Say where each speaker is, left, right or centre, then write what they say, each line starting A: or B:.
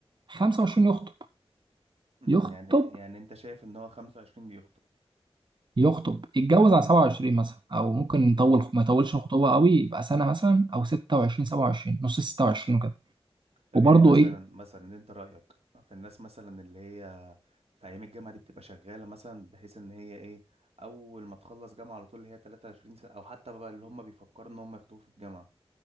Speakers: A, on the right (about 45°); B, on the right (about 75°).
A: 25 يخطب
B: أمم،
A: يخطب
B: يعني يعني انت شايف ان هو 25 دي يخطب
A: يخطب يتجوز على 27 مثلا او ممكن نطول ما يطولش الخطوبه قوي يبقى سنه مثلا او 26 27 نص 26 وكده
B: طب
A: وبرضه
B: يعني مثلا
A: ايه
B: مثلا انت رأيك في الناس مثلا اللي هي في ايام الجامعة دي بتبقى شغالة مثلا بحيث ان هي ايه اول ما تخلص جامعة على طول اللي هي 23 سنة او حتى بقى اللي هم بيفكروا ان هم يخطبوا في الجامعة